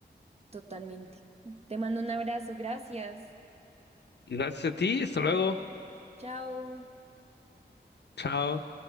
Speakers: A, on the right; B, on the left.
A: Totalmente. Te mando un abrazo. Gracias.
B: Gracias a ti, hasta luego.
A: Chao.
B: Chao.